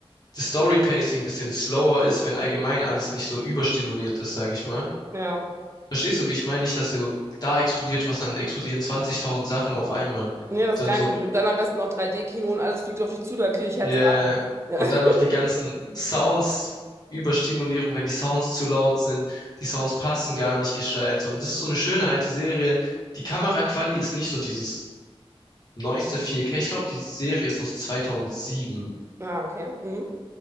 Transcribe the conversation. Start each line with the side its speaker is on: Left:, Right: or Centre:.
Left: das Story-Pacing ein bisschen slower ist, wenn allgemein alles nicht so überstimulierend ist, sage ich mal.
Right: Ja.
Left: Verstehst du, wie ich meine? Nicht, dass so da explodiert was, dann explodieren 20.000 Sachen auf einmal
Right: Nee, das
Left: sondern
Right: ist geil
Left: so
Right: für mich. Und dann am besten noch 3D-Kino und alles fliegt auf dich zu, da kriege ich Herz.
Left: Yeah.
Right: Ja.
Left: Und
Right: <laughs>
Left: dann noch die ganzen Sounds, Überstimulierung, wenn die Sounds zu laut sind, die Sounds passen gar nicht gescheit. Und das ist so eine schöne alte Serie. Die Kameraquali ist nicht so dieses neueste vier k Ich glaube, die Serie ist aus 2007.
Right: Ja, okay. Mhm.